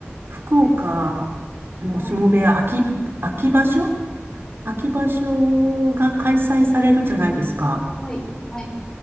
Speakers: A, on the right (about 60°); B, on the left (about 15°).
A: 福岡
B: は
A: の相撲部屋、
B: い。
A: 秋、秋場所秋場所が開催されるじゃないですか。
B: はい。はい。